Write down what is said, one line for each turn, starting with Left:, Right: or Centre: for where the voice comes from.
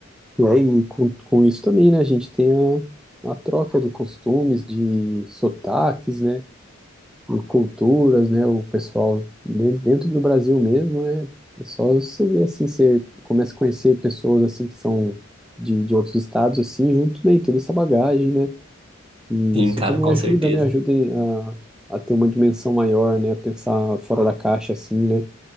Centre: né? E com, com isso também, né? A gente tem a, a troca de costumes, de sotaques, né? De culturas, né? O pessoal de- dentro do Brasil mesmo, né? É só você ver assim, você começa a conhecer pessoas assim que são de, de outros estados, assim, junto, né? E toda essa bagagem, né? E
Right: Sim,
Centre: isso
Right: cara,
Centre: também
Right: com
Centre: ajuda,
Right: certeza.
Centre: né? Ajuda em- a, a ter uma dimensão maior, né? A pensar fora da caixa, assim, né?